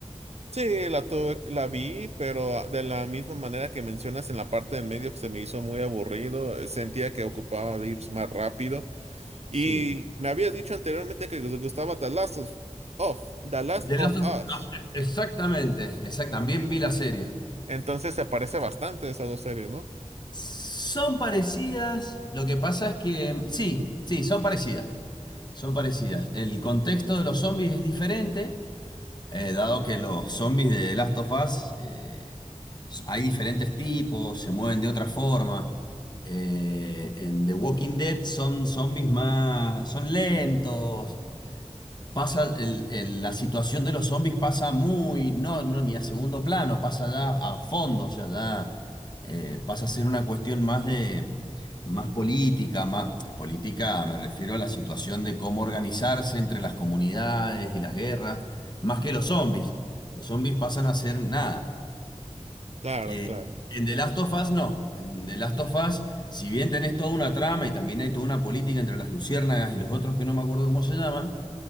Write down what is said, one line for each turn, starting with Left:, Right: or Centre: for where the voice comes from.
Right: Sí, la tuve, la vi, pero ah, de la misma manera que mencionas en la parte del medio se me hizo muy aburrido, eh, sentía que ocupaba de ir más rápido
Left: Sí.
Right: y me habías dicho anteriormente que te gustaba The Last of, of- The Last
Left: The
Right: of
Left: Last of-
Right: Us.
Left: ah,
Right: Eh,
Left: Exactamente, exact- también vi la serie.
Right: Entonces se parece bastante a esas dos series, ¿no?
Left: Son parecidas, lo que pasa es que sí, sí, son parecidas. Son parecidas. El contexto de los zombies es diferente, eh, dado que los zombies de Last of Us eh, s- hay diferentes tipos, se mueven de otra forma. Eh, en The Walking Dead son zombies más, son lentos, Pasa el- el- la situación de los zombies pasa muy, no, no, ni a segundo plano, pasa ya a fondo, o sea, ya eh, pasa a ser una cuestión más de, más política, más, política me refiero a la situación de cómo organizarse entre las comunidades y las guerras, más que los zombies. Los zombies pasan a ser nada.
Right: Claro,
Left: Eh,
Right: claro.
Left: en The Last of Us no, en The Last of Us, si bien tenés toda una trama y también hay toda una política entre las luciérnagas y los otros que no me acuerdo cómo se llaman,